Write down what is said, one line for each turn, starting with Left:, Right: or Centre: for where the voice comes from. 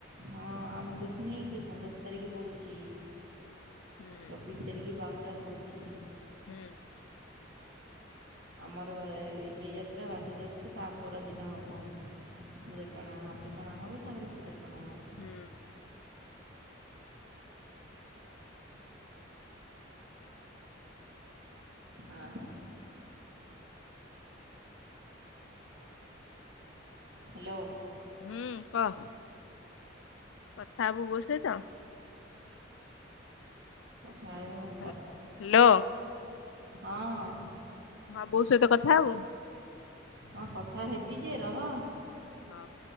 Right: ହଁ ଆଉ ମୁଁ ଦେଖୁନେଇ କି ପନ୍ଦର ତାରିଖ ପଡୁଛି।
Left: ହୁଁ
Right: ଚବିଶ ତାରିଖ ବାହୁଡ଼ା ପଡ଼ୁଛି।
Left: ହୁଁ।
Right: ଆମର ଇଏ ଯାତ୍ରା ବାସି ଯାତ୍ରା ତା ପରଦିନ ହବ। ପୁରା ଟଣା ହାତ ଟଣା ହେବ ତାପରେ ପୁରା ଟଣା ହବ।
Left: ହୁଁ।
Right: ଆଉ ହ୍ୟାଲୋ।
Left: ହୁଁ କହ। କଥା ହବୁ ବୋଉ ସହିତ।
Right: ଥାଉ ବେ ମୁ
Left: ହ୍ୟାଲୋ
Right: ହଁ
Left: ହଁ ବୋଉ ସହିତ କଥା ହବୁ।
Right: ହଁ କଥା ହେବି ଯେ ରହ।
Left: ହଁ